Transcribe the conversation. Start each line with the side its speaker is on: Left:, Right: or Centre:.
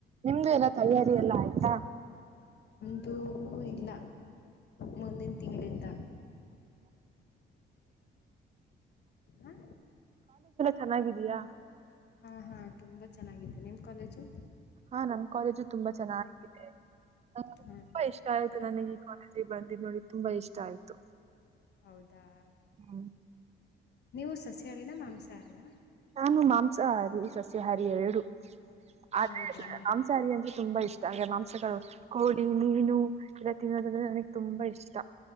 Right: ನಿಮ್ದು ಎಲ್ಲ ತಯಾರಿಯಲ್ಲ ಆಯ್ತಾ
Left: ಅದೂ ಇಲ್ಲ ಮುಂದಿನ್ ತಿಂಗಳಿಂದ ಆ
Right: ಚೆನ್ನಾಗಿದ್ದೀಯಾ.
Left: ಆಹಾ ತುಂಬಾ ಚೆನ್ನಾಗಿದೆ ನಿಮ್ಮ ಕಾಲೇಜು
Right: ಆ ನಮ್ ಕಾಲೇಜು ತುಂಬಾ ಚೆನ್ನಾಗಿದೆ ನನಗೆ
Left: ಹಾ
Right: ತುಂಬಾ ಇಷ್ಟ ಆಯ್ತು ನನಿಗೆ ಈ ಕಾಲೇಜಿಗೆ ಬಂದಿದ್ದು ನೋಡಿ ತುಂಬಾ ಇಷ್ಟ ಆಯ್ತು
Left: ಹೌದಾ
Right: ಹ್ಮ್.
Left: ನೀವು ಸಸ್ಯಹಾರಿನ ಮಾಂಸಾಹಾರಿನ
Right: ನಾನು ಮಾಂಸಾಹಾರಿ ಸಸ್ಯಹಾರಿ ಎರಡು ಆದರೆ
Left: ಹೌದವಾ
Right: ಮಾಂಸರೆ ಅಂದ್ರೆ ತುಂಬಾ ಇಷ್ಟ ಅಂದ್ರೆ ಮಾಂಸಗಳು ಕೋಳಿ, ಮೀನು ಇವ ತಿನ್ನೊದಂದ್ರೆ ನನಗೆ ತುಂಬಾ ಇಷ್ಟ.